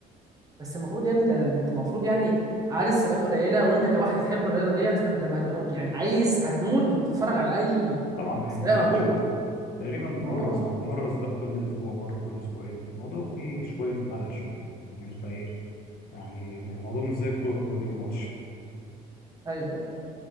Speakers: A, on the right; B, on the left.
A: بس المفروض يا ابني ده ده انت المفروض يعني عارف سباقات قليله وانت كواحد هتحب الرياضه ديت فانت ما هتبقى موت يعني عايز هتموت وتتفرج على اي
B: طبعا
A: سباق
B: هي ممله
A: موجود
B: شويه تقريبا مره
A: الموضوع اه
B: سب- مره سباق كل اسبوع مره كل اسبوعين الموضوع فيه شويه ملل شويه ان انت ايه يعني الموضوع مش زي الكوره كل يوم ماتش
A: ايوه ايوه